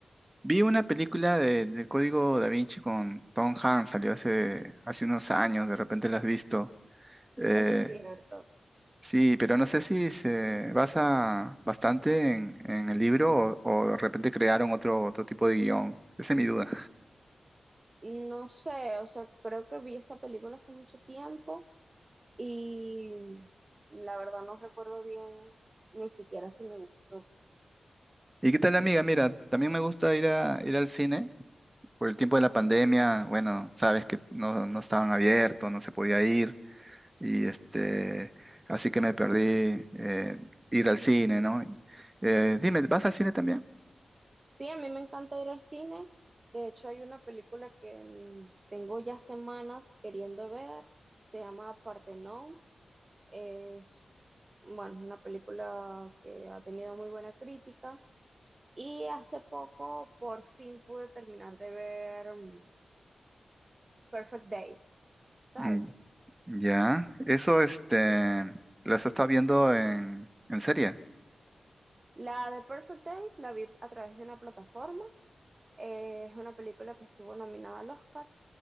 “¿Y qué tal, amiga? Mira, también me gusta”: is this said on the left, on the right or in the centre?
Right